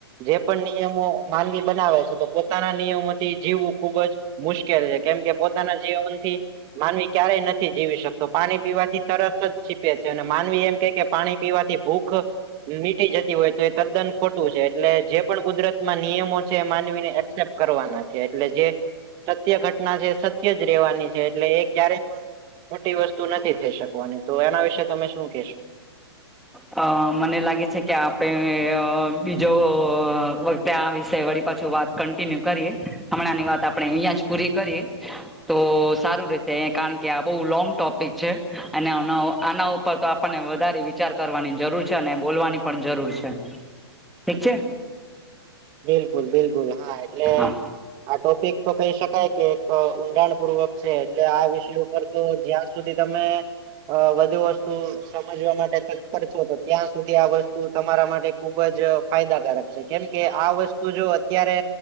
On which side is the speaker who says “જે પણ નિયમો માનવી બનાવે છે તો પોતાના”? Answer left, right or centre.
Right